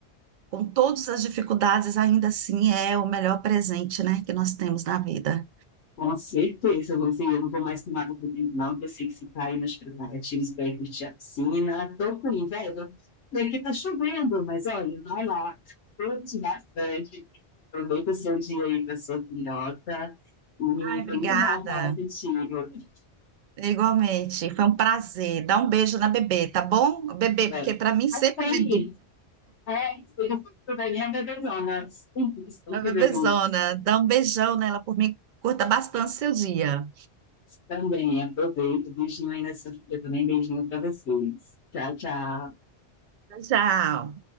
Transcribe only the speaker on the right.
Com todas as dificuldades, ainda assim é o melhor presente, né, que nós temos na vida.
Ai, obrigada.
Igualmente, foi um prazer. Dá um beijo na bebê, tá bom? Bebê,
porque para mim sempre
bebê,
a bebezona.
Dá um beijão nela por mim. Curta bastante seu dia.
Tchau.